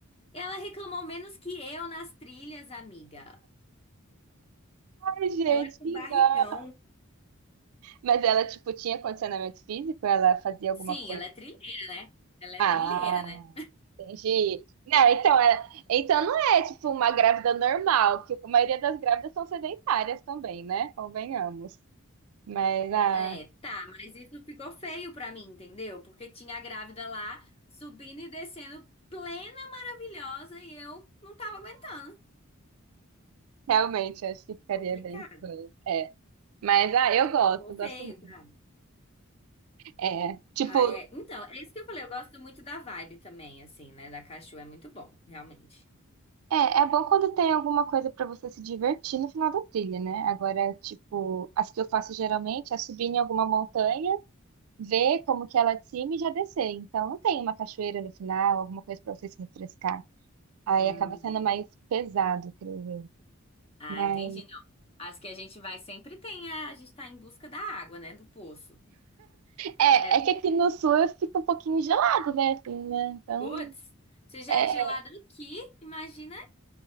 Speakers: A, on the left (about 25°); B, on the right (about 80°).
A: Ela reclamou menos que eu nas trilhas, amiga.
B: Ai, gente,
A: Ela é com
B: que
A: barrigão.
B: dó. Mas ela, tipo, tinha condicionamento físico? Ela fazia alguma
A: Sim,
B: coisa?
A: ela é trilheira, né? Ela é
B: Ah.
A: trilheira, né?
B: Entendi. Não, então, é, então não é tipo uma grávida normal, porque a maioria das grávidas são sedentárias também, né? Convenhamos. Mas ah,
A: É, tá, mas isso ficou feio pra mim, entendeu? Porque tinha a grávida lá subindo e descendo, plena, maravilhosa, e eu não tava aguentando.
B: realmente acho que ficaria
A: Complicado,
B: bem estranho. É. Mas ah, eu gosto,
A: ficou
B: gosto
A: feio,
B: muito.
A: sabe?
B: É, tipo,
A: Ah, é. Então, é isso que eu falei, eu gosto muito da vibe também, assim, né? Da Cachua é muito bom, realmente.
B: é, é bom quando tem alguma coisa pra você se divertir no final da trilha, né? Agora, tipo, as que eu faço geralmente é subir em alguma montanha, ver como que ela é de cima e já descer. Então não tem uma cachoeira no final, alguma coisa pra você se refrescar. Aí
A: Hum.
B: acaba sendo mais pesado, creio eu.
A: Ah,
B: Mas
A: entendi. Não. As que a gente vai sempre tem, a, a gente tá em busca da água, né? Do poço.
B: é,
A: É,
B: é que aqui no sul fica um pouquinho gelado, né? Assim, né? Então,
A: Putz, se já
B: é,
A: é gelado aqui, imagina.